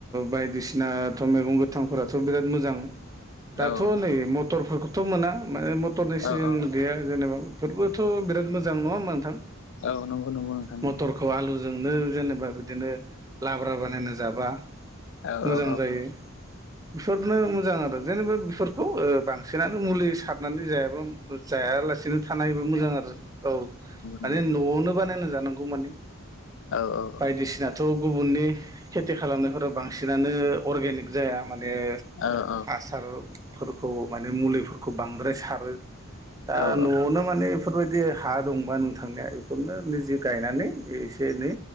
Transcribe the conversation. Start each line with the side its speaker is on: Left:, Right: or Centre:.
Right: बायदिसिनाथ मैगं गोथांफोराथ बिराद मोजां दाथ
Left: औ
Right: नै मथरफोरखौ थ मोना माने मटरनि
Left: औ
Right: सिजोन गैया जेनेबा बेफोरबोथ बिराद मोजां नङा होमा नोंथां
Left: अ नंगौ नंगौ नोंथां नंगौ
Right: मटरखौ आलुजोंनो जेनेबा बिदिनो लाब्रा बानायना जाबा
Left: औ
Right: मोजां
Left: औ औ
Right: जायो बेफोरनो मोजां आरो जेनेबा फोर बांसिनानो मुलि सारनानै जाय ज नो थानायबा मोजां आरो औ माने
Left: औ नंगौ नोंथां औ
Right: न'आवनो बानायना जानांगौ माने
Left: औ औ
Right: बायदिसिनाथ' गुबुननि खेथि खालामनायफोरा बांसिनानो अरगेनिक जाया माने
Left: औ औ
Right: हासारफोरखौ माने मुलिफोरखौ बांद्राय सारो दा
Left: औ
Right: न'आवनो थमाने बेफोरबायदि हा दंबा नों थांनाया बेफोरनोजे गायनानै एसे एनै